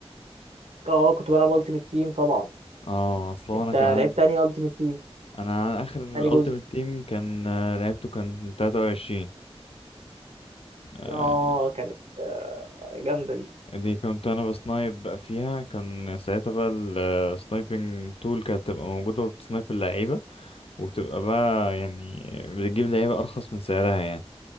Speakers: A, on the right (about 85°); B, on the left (about 60°).
A: اه كنت بلعب التيمت تيم طبعا
B: اه اصل هو
A: انت
B: انا كان عندي
A: لعبت انهي التيمت تيم
B: انا عن اخر
A: انهي جزء
B: التيمت تيم كان آه، لعبته كان 23 آه،
A: اه كانت آه، جامده دي
B: دي كنت انا بسنايب بقى فيها كان ساعتها بقى السنايبنج تول كانت تبقى موجودة وبتسنايب اللعيبة وبتبقى بقى يعني بتجيب لعيبة ارخص من سعرها يعني